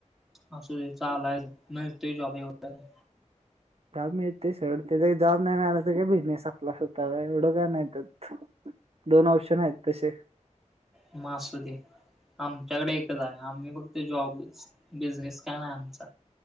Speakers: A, in the centre; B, on the right (about 50°).
A: असुदे चालायचं, मिळतोय जॉब एवढं काय?
B: जाँब मिळतय सोड, तेच काय जॉब नाही मिळाला, बिझनेस आपला स्वताचा एवढं का नाय त्यात. दोन ऑप्शन आहेत तशे.
A: म असुदे, आमच्याकडे एकच आहे, आम्ही फक्त जॉब- बिझनेस काय नाय आमचा.